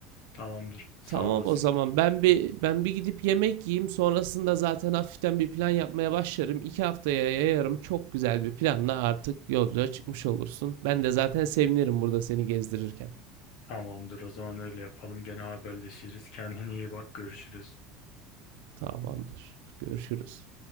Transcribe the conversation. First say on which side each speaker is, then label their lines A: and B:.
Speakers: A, on the left (about 65°); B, on the right (about 75°).
A: Tamamdır. Sağ
B: Tamam
A: olasın.
B: o zaman ben bir ben bir gidip yemek yiyeyim sonrasında zaten hafiften bir plan yapmaya başlarım. İki haftaya yayarım çok güzel bir planla artık yolculuğa çıkmış olursun. Ben de zaten sevinirim burada seni gezdirirken.
A: Tamamdır. O zaman öyle yapalım. Gene haberleşiriz. Kendine iyi bak. Görüşürüz.
B: Tamamdır. Görüşürüz.